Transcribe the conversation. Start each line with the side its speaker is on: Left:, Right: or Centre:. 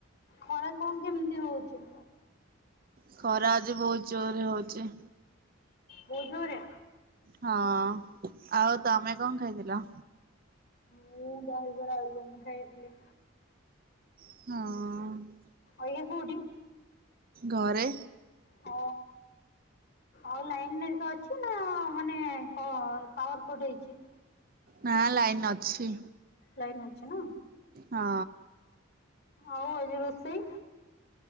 Left: ଖରା କଣ କେମିତି ହଉଛି?
Right: ଖରା ଆଜି ବହୁତ୍ ଜୋରରେ ହଉଛି।
Left: ବହୁତ୍ ଜୋର୍ ରେ।
Right: ହଁ, ଆଉ ତମେ କଣ ଖାଇଥିଲ?
Left: ମୁଁ ଦହିବାର ଆଲୁଦମ୍ ଖାଇଥିଲି।
Right: ହଁ।
Left: ଆଇଖା କୋଉଠି?
Right: ଘରେ।
Left: ଅ ଆଉ ଲାଇନ ହେରିକା ଅଛି ନା ମାନେ କଣ ପାୱାର କଟ ହେଇଛି।
Right: ନା ଲାଇନ୍ ଅଛି।
Left: ଲାଇନ୍ ଅଛି ନା
Right: ହଁ।
Left: ଆଉ ଆଜି ରୋଷେଇ?